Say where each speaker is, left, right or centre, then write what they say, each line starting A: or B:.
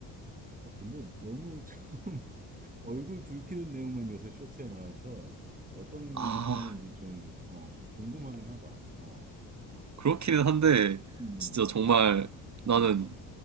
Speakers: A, on the right (about 20°); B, on the right (about 40°).
A: 어, 근데 너무 참 <laughs> 얼굴 붉히는 내용만 요새 쇼츠에 나와서 어떤
B: 아,
A: 사람인지 좀, 어, 궁금하긴 하다. 어,
B: 그렇기는 한데,
A: 음,
B: 진짜 정말 나는
A: 음.